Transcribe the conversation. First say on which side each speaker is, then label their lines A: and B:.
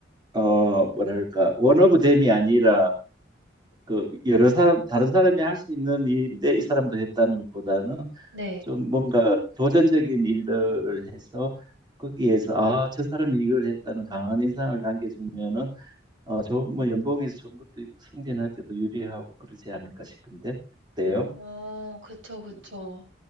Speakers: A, on the right; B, on the right.
A: 어, 뭐랄까, 원오브 댐이 아니라, 그 여러 사람 다른 사람이 할 수 있는 일인데 이 사람도 했다는 것보다는
B: 네.
A: 좀 뭔가 도전적인 일들을 해서 거기에서 아, 저 사람이 이걸 했다는 강한 인상을 남겨주면은 어, 좋은 뭐 연봉에서 좋은 것도 있고 승진할 때도 유리하고 그러지 않을까 싶은데 어때요?
B: 어. 그쵸, 그쵸.
A: 음,